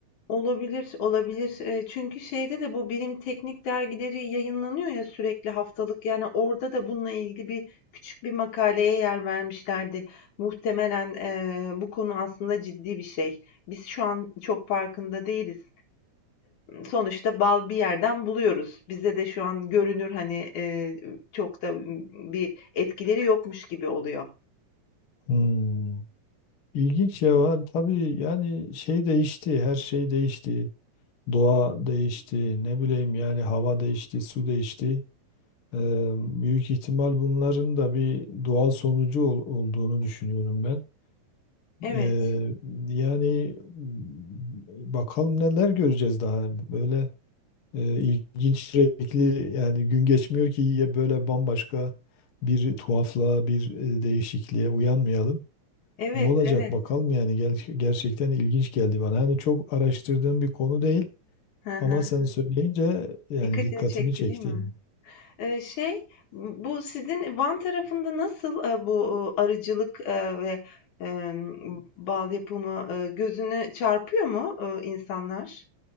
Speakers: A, on the left (about 75°); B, on the left (about 55°).
A: Olabilir, olabilir. Eee, çünkü şeyde de bu bilim teknik dergileri yayınlanıyor ya sürekli haftalık. Yani orada da bununla ilgili bir küçük bir makaleye yer vermişlerdi. Muhtemelen eee, bu konu aslında ciddi bir şey. Biz şu an çok farkında değiliz sonuçta bal bir yerden buluyoruz. Bize de şu an görünür hani eee, çok da bir etkileri yokmuş gibi oluyor.
B: Hmm. İlginç ya. Va- Tabii yani şey değişti, her şey değişti. Doğa değişti, ne bileyim yani hava değişti, su değişti. Ee, büyük ihtimal bunların da bir doğal sonucu ol- olduğunu düşünüyorum ben.
A: Evet,
B: Eee, yani m, bakalım neler göreceğiz daha böyle e, ilginç sürekli yani gün geçmiyor ki ya böyle bambaşka bir tuhaflığa bir e, değişikliğe uyanmayalım.
A: evet,
B: Ne olacak
A: evet.
B: bakalım yani Ger- gerçekten ilginç geldi bana. Hani çok araştırdığım bir konu değil
A: Hı hı.
B: ama sen söyleyince yani
A: Dikkatini
B: dikkatimi
A: çekti,
B: çekti.
A: değil mi? Eee, şey, bu sizin Van tarafında nasıl, eee, bu, eee, arıcılık, eee, ve, emm, bal yapımı, eee, gözüne çarpıyor mu, eee, insanlar?